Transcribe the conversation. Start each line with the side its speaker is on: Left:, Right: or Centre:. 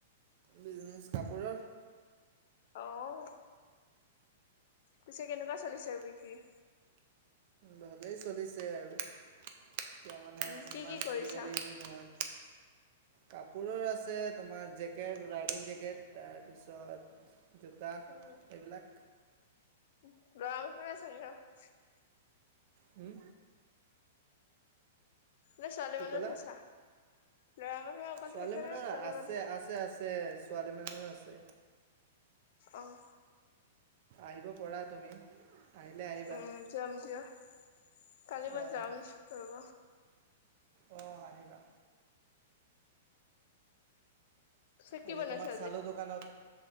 Right: বিজনেছ কাপোৰৰ।
Left: অহ। পিছে কেনেকুৱা চলিছে বিক্ৰী?
Right: ভালেই চলিছে আৰু। এতিয়া মানে
Left: উম কি
Right: ইমান
Left: কি কৰিছা
Right: আজিকালি হেৰি নহয়। কাপোৰ আছে তোমাৰ জেকেট ৰাইডিং জেকেট তাৰপিছত জোতা
Left: উম
Right: এইবিলাক।
Left: <unintelligible>
Right: হুম?
Left: নে ছোৱালী
Right: কি
Left: মানুহৰ
Right: ক'লা?
Left: থৈছা, ল'ৰা মানুহৰ অকল
Right: ছোৱালী
Left: থৈছে
Right: মানুহৰ
Left: নে ছোৱালী
Right: আছে
Left: মানু্হ
Right: আছে আছ তে ছোৱালী মানুহৰো আছে।
Left: অঁহ।
Right: আহিব পৰা তুমি, আহিলে আহিবা।
Left: উম যাম দিয়, কালি মই
Right: অঁ
Left: যাম ৰব।
Right: অঁ আহিবা।
Left: পিছে কি
Right: আজি
Left: বনাইছা
Right: তোমাক চালো দোকানত